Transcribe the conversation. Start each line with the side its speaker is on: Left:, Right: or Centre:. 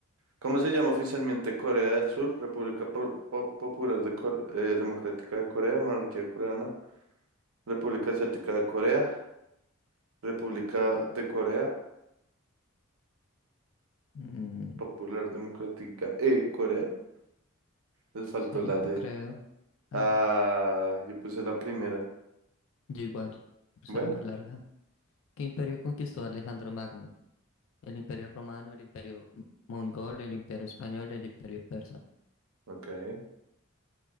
Right: ¿Cómo se llama oficialmente Corea del Sur? República Po- Po- Popular de Cor- eh, Democrática de Corea, Monarquía Coreana, República Asiática de Corea, República de Corea,
Left: Mm,
Right: Popular Democrática de Corea. Les faltó
Left: sí,
Right: la
Left: yo
Right: de...
Left: creo. Ah,
Right: Ah, yo puse la primera.
Left: yo igual, por
Right: Bueno,
Left: ser más larga. ¿Qué imperio conquistó Alejandro Magno? El imperio romano, el imperio m- mongol, el imperio español, el imperio persa.
Right: ok.